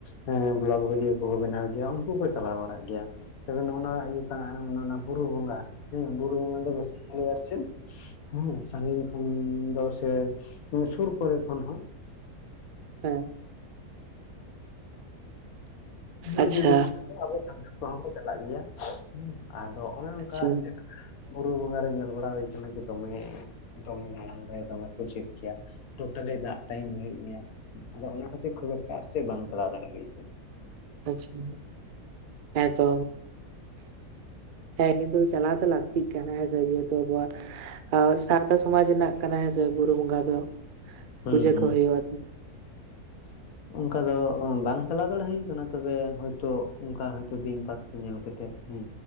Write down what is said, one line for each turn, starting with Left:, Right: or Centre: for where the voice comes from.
Left: ᱦᱮᱸ ᱵᱞᱚᱠ ᱵᱷᱤᱰᱤᱭᱳ ᱠᱚᱠᱚ ᱵᱮᱱᱟᱣ ᱜᱮᱭᱟ ᱩᱱᱠᱩ ᱠᱚ ᱪᱟᱞᱟᱣ ᱵᱟᱲᱟᱜ ᱜᱮᱭᱟ᱾ ᱛᱚᱵᱮ ᱱᱚᱜᱼᱱᱟ ᱦᱩᱭᱩᱜ ᱠᱟᱱᱟ ᱱᱚᱣᱟ ᱵᱩᱨᱩ ᱵᱚᱸᱜᱟ᱾ ᱦᱮᱸ ᱵᱩᱨᱩ ᱵᱚᱸᱜᱟ ᱫᱚ ᱵᱮᱥ ᱟᱨ ᱪᱮᱫ ᱦᱮᱸ ᱥᱟᱜᱤᱧ ᱠᱷᱚᱱ ᱫᱚᱼᱼ ᱥᱮ ᱥᱩᱨ ᱠᱚᱨᱮ ᱠᱷᱚᱱ ᱦᱚᱸ <inaudible>
Right: ᱦᱮᱸ ᱟᱪᱪᱷᱟ
Left: ᱟᱹᱰᱤ ᱫᱤᱠᱳ ᱟᱵᱚ ᱥᱟᱱᱛᱟᱲ ᱠᱚᱦᱚᱸ ᱠᱚ ᱪᱟᱞᱟᱜ ᱜᱮᱭᱟ ᱦᱮᱸ ᱟᱫᱚ ᱚᱱᱮ ᱚᱱᱠᱟ
Right: ᱟᱪᱪᱷᱟ
Left: ᱟᱨ ᱪᱮᱫᱼᱼ ᱵᱩᱨᱩ ᱵᱚᱸᱜᱟ ᱨᱮ ᱧᱮᱞ ᱵᱟᱲᱟ ᱦᱩᱭ ᱠᱟᱱᱟ ᱡᱮ ᱫᱚᱢᱮᱼᱼ ᱫᱚᱢᱮ ᱢᱟᱲᱟᱝ ᱫᱚ ᱫᱚᱢᱮ ᱠᱚ ᱪᱮᱠ ᱜᱮᱭᱟ ᱴᱳᱴᱟᱞᱤ ᱫᱟᱜ ᱴᱟᱭᱤᱢ ᱦᱩᱭᱩᱜ ᱜᱮᱭᱟᱼᱼ ᱟᱫᱚ ᱚᱱᱟ ᱠᱷᱟᱹᱛᱤᱨ ᱠᱷᱩᱵ ᱮᱠᱴᱟ ᱟᱨ ᱵᱟᱝ ᱪᱟᱞᱟᱣ ᱫᱟᱲᱮ ᱦᱩᱭᱩᱜ ᱠᱟᱱᱟ᱾
Right: ᱟᱪᱪᱷᱟ ᱦᱮᱸᱛᱚ᱾ ᱦᱮᱸ ᱠᱤᱱᱛᱩ ᱪᱟᱞᱟᱣ ᱫᱚ ᱞᱟᱹᱠᱛᱤᱜ ᱠᱟᱱᱟ ᱦᱮᱸ ᱡᱮᱦᱮᱛᱩ ᱟᱵᱚᱣᱟᱜᱼᱼ ᱟᱨ ᱥᱟᱶᱛᱟ ᱥᱚᱢᱟᱡᱽ ᱨᱮᱱᱟᱜ ᱠᱟᱱᱟ ᱦᱮᱸᱥᱮ ᱵᱩᱨᱩ ᱵᱚᱸᱜᱟ ᱫᱚ᱾
Left: ᱦᱩᱸ
Right: ᱯᱩᱡᱟᱹ
Left: ᱦᱩ᱾ᱸ
Right: ᱠᱚ ᱦᱩᱭᱩᱜᱼᱟ <unintelligible>
Left: ᱚᱱᱠᱟ ᱫᱚ ᱵᱟᱝ ᱪᱟᱞᱟᱣ ᱫᱟᱲᱮ ᱦᱳᱭ ᱠᱟᱱᱟ ᱛᱚᱵᱮ ᱦᱳᱭᱛᱚ ᱚᱱᱠᱟ ᱦᱟᱱᱛᱮ ᱫᱤᱱ ᱯᱟᱛᱼᱼ ᱧᱮᱞ ᱠᱟᱛᱮᱫ ᱦᱮᱸ